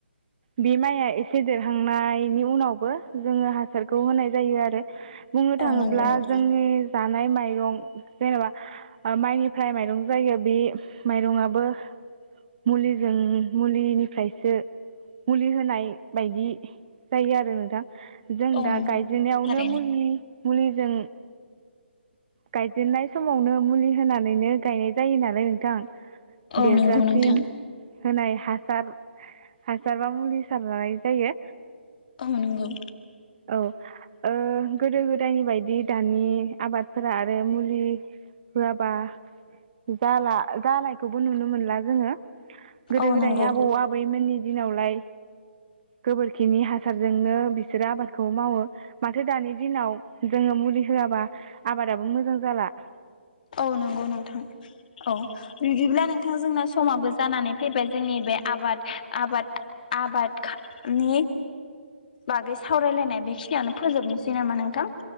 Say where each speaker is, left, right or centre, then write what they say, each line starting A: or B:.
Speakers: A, on the right; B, on the left.
A: बे माइआ एसे देरहांनायनि उनावबो जोङो हासारखौ होनाय जायो आरो
B: औ
A: थाङोब्ला
B: नंगौ नोंथां
A: जोंनि जानाय माइरं जेनेबा माइनिफ्राय माइरं जायो बे माइरंआबो मुलिजों मुलि निफ्रायसो मुलि होनाय बायदि जायो आरो नोंथां जों
B: औ
A: दा
B: नंगौ
A: गायजेननायावनो
B: थारैनो
A: मुलि मुलिजों गायजेननाय समावनो मुलि होनानैनो गायनाय जायो नालाय नोंथां
B: औ
A: देरजासिम
B: नंगौ नोंथां
A: होनाय हासार हासाराव मुलि सारनाय जायो।
B: औ नंगौ।
A: औ ओ गोदो गो जायनि बायदि दानि आबादफोरा आरो मुलि होआबा जाला जानायखौबो नुनो मोनला जोङो गोदो
B: औ
A: गोदायनि
B: नंगौ
A: आबौ आबैमोननि दिनावलाय गोबोरखिनि हासारजोंनो बिसोरो आबादखौ मावो माथो दानि दिनाव जोङो मुलि होआबा आबादाबो मोजां जाला।
B: औ नंगौ नोंथां औ बिदिब्ला नोंथां जोंना समाबो जानानै फैबाय जोंनि बे आबाद आबाद आबादनि बागै सावरायलायनाय बेखिनियावनो फोजोबनोसै नामा नोंथां?